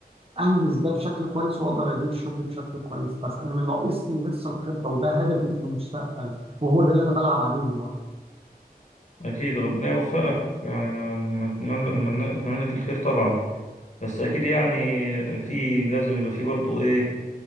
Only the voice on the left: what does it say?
أكيد ربنا يوفقك يعني ما- ما أتمنى أتمنى أتمنى لك الخير طبعا بس أكيد يعني في لازم يبقى في برضو إيه